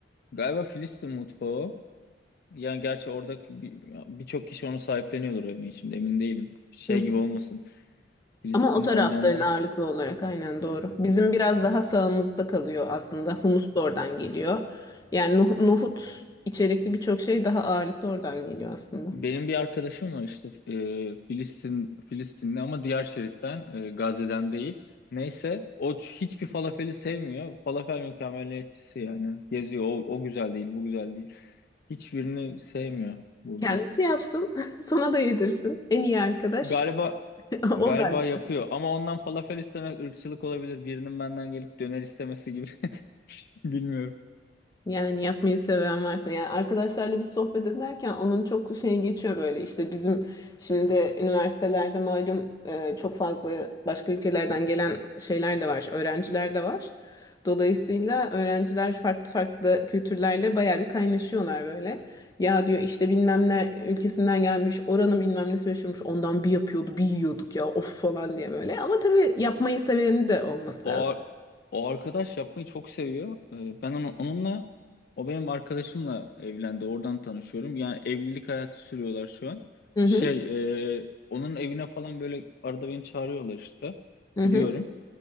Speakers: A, on the left; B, on the left.
A: galiba Filistin mutfağı. o. Yani gerçi oradaki bir- birçok kişi onu sahipleniyordur ama şimdi emin değilim. Şey
B: Hı.
A: gibi olmasın. Filistinli
B: Ama o tarafların
A: olmayanları
B: ağırlıklı olarak aynen doğru. Bizim biraz daha sağımızda kalıyor aslında. Humus da oradan geliyor. Yani noh- nohut içerikli birçok şey daha ağırlıklı oradan geliyor aslında.
A: Benim bir arkadaşım var işte e, Filistin Filistinli ama diğer şeritten e, Gazze'den değil. Neyse o ç- hiçbir falafeli sevmiyor. Falafel mükemmeliyetçisi yani. Geziyor o, o güzel değil bu güzel değil. Hiçbirini sevmiyor burada.
B: Kendisi yapsın, <laughs> sana da yedirsin. En iyi arkadaş
A: Galiba
B: <laughs> o
A: galiba
B: ben.
A: yapıyor ama ondan falafel istemek ırkçılık olabilir. Birinin benden gelip döner istemesi gibi <laughs> bilmiyorum.
B: Yani yapmayı seven varsa yani arkadaşlarla bir sohbet ederken onun çok şey geçiyor böyle işte bizim şimdi de üniversitelerde malum e, çok fazla başka ülkelerden gelen şeyler de var, öğrenciler de var. Dolayısıyla öğrenciler farklı farklı kültürlerle bayağı bir kaynaşıyorlar böyle. Ya diyor işte bilmem ne ülkesinden gelmiş oranın bilmem nesi meşhurmuş ondan bir yapıyordu bir yiyorduk ya of falan diye böyle. Ama tabii yapmayı seveni de olması
A: O,
B: lazım.
A: ar- o arkadaş yapmayı çok seviyor. Ee, Ben onu, onunla o benim arkadaşımla evlendi. Oradan tanışıyorum. Yani evlilik hayatı sürüyorlar şu an.
B: Hı hı,
A: Şey e, onun evine falan böyle arada beni çağırıyorlar işte.
B: hı
A: Gidiyorum.
B: hı.